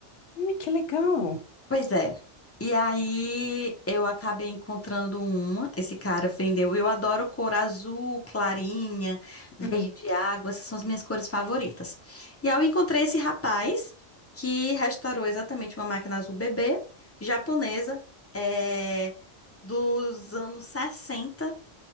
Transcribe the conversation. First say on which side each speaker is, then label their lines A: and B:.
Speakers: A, on the left; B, on the left.
A: Ai, que legal.
B: Pois é. E aí eu acabei encontrando uma, esse cara vendeu. Eu adoro cor azul, clarinha, verde
A: Uhum.
B: água, essas são as minhas cores favoritas. E aí eu encontrei esse rapaz que restaurou exatamente uma máquina azul bebê, japonesa, é, dos anos 60